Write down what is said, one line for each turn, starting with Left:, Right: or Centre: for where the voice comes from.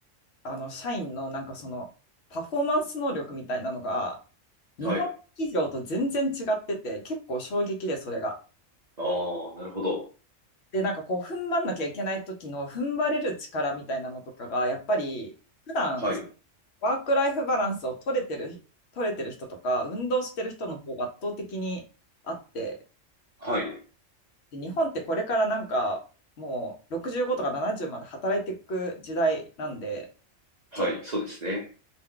Left: あの社員のなんかそのパフォーマンス能力みたいなのが、日本企業と全然違ってて、
Right: はい。
Left: 結構衝撃で、それが。
Right: ああ、なるほど。
Left: で、なんかこう、踏ん張んなきゃいけない時の踏ん張れる力みたいなのとかが、やっぱり、普段
Right: はい。
Left: ワークライフバランスを取れてる、取れてる人とか、運動してる人の方が圧倒的にあって、
Right: はい。
Left: で日本ってこれからなんか、もう65とか70まで働いていく時代なんで、
Right: はい。
Left: ちょ、ち
Right: そうですね。